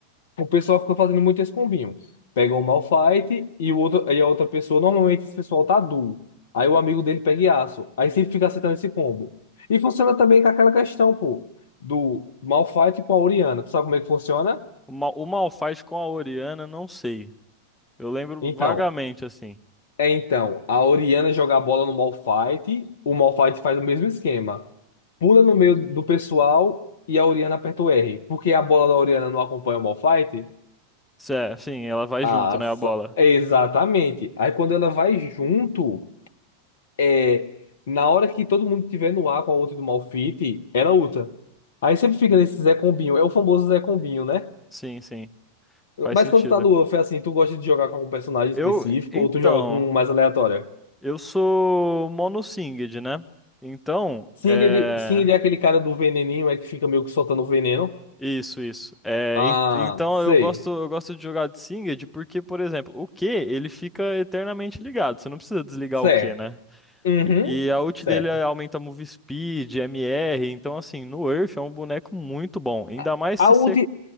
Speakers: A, on the left; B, in the centre.
A: O pessoal fica fazendo muito esse combinho. Pega um Malphite e, o outro, e a outra pessoa, normalmente esse pessoal tá duo. Aí o amigo dele pega Yasuo. Aí sempre fica acertando esse combo. E funciona também com aquela questão, pô, do Malphite com a Orianna. Tu sabe como é que funciona?
B: O, Ma o Malphite com a Orianna, não sei. Eu lembro
A: Então,
B: vagamente, assim.
A: é então, a Orianna joga a bola no Malphite, o Malphite faz o mesmo esquema. Pula no meio do pessoal e a Orianna aperta o R. Porque a bola da Orianna não acompanha o Malphite?
B: Cé, sim, ela vai
A: Ah,
B: junto, né,
A: sa-
B: a bola.
A: exatamente. Aí quando ela vai junto. é, na hora que todo mundo tiver no ar com a ult do Malphite, ela ulta. Aí sempre fica nesse Zé Combinho. É o famoso Zé Combinho, né?
B: Sim, sim. Faz
A: Mas
B: sentido.
A: quando tá no UF, é assim, tu gosta de jogar com algum personagem
B: Eu,
A: específico
B: então,
A: ou tu joga com um mais aleatório?
B: eu sou monossinged, né? Então,
A: Singed,
B: é.
A: Singed é aquele cara do veneninho, é que fica meio que soltando veneno.
B: Isso, isso. É,
A: Ah,
B: en- então
A: sei.
B: eu gosto, eu gosto de jogar de Singed porque, por exemplo, o Q ele fica eternamente ligado. Você não precisa desligar
A: Certo.
B: o Q, né?
A: Uhum.
B: E, e a ult
A: Certo.
B: dele aumenta move speed, MR. Então, assim, no Earth é um boneco muito bom. Ainda
A: A
B: mais
A: a
B: se
A: ult,
B: você.